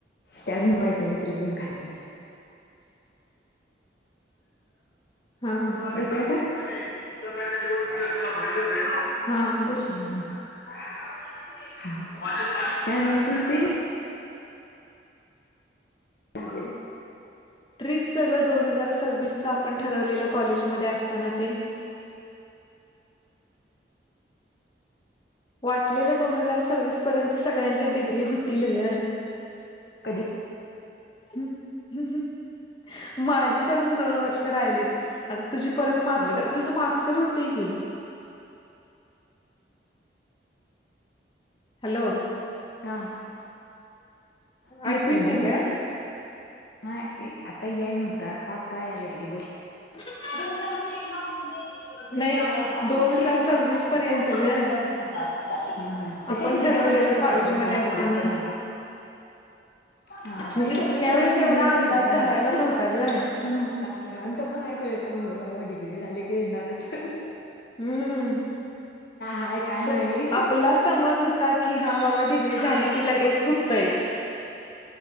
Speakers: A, on the left; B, on the left.
A: त्याच भरवाहायचे तिला येेऊन खाली...
B: हा हा
A: घाच्या निवडणु तुला....
B: हा बोल
A: त्या...... सत... त्या प...
B: ट्रिप सगळं दोन हजार... सव्वीस च आपण ठरवलेल कॉलेज मध्ये असताना ते... वाटलेलं दोन हजार सव्वीस पर्यंत सगळ्यांच्या डिग्री होतील ग...
A: कधी...
B: हम हम माझी... तुझं अजून दोन वर्ष राहिलीत आता तुझी परत मास्तर
A: हॅलो
B: तुझ मास्टर होते की, हॅलो
A: हा तीस
B: ऐकू
A: पर्यंत
B: येत नाही
A: ना
B: काय?
A: हा आता याय नव्हतं आता आता याय लागली बोल...
B: ह...
A: प मुख्यमंत्री एकनाथ शिंदे शिवसेनेच्या
B: नाही
A: वर्धापन
B: दोन
A: दिनाच्या
B: हजार सव्वीस पर्यंत
A: उद्धव ठाकरेंवर
B: ग
A: जोडले तीस... ह
B: आपण
A: तश डिग्री
B: ठरवलेलं
A: होणारच होत्या
B: कॉलेजमध्ये
A: कि दोन हजार
B: असताना
A: सव्वीस पर्यंत... हा
B: म्हणजे
A: ते सववीस
B: त्यावेेळेस
A: सववीस...
B: एवढा
A: तून
B: अंदाज
A: ठवला
B: धरायला
A: हा
B: नव्हता ग
A: नव्हता काळ तें पण काय कळ.. ते होय बाबा डिग्री झाले की येणार च.
B: हूं
A: हाय काय नाही.
B: त आपला समज होता कि हा बा डिग्री झाली की लगेच हुतंय